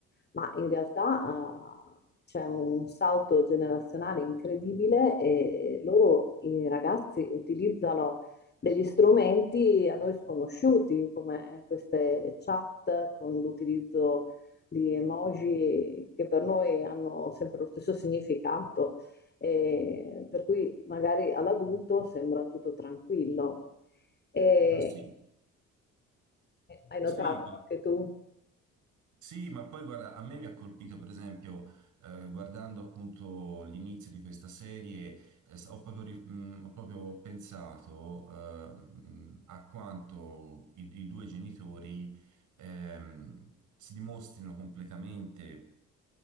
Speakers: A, on the left; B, on the right.
A: ma in realtà eh, c'è un salto generazionale incredibile e loro, i ragazzi, utilizzano degli strumenti a noi sconosciuti, come queste chat con l'utilizzo di emoji che per noi hanno sempre lo stesso significato, e per cui magari all'adulto sembra tutto tranquillo. E
B: Ma sì,
A: hai notato
B: sì,
A: anche tu?
B: Sì, ma poi guarda, a me mi ha colpito per esempio eh, guardando appunto l'inizio di questa serie, eh, s- ho proprio, ri- mh, ho proprio pensato eh, mh, a quanto i, i due genitori ehm, si dimostrino completamente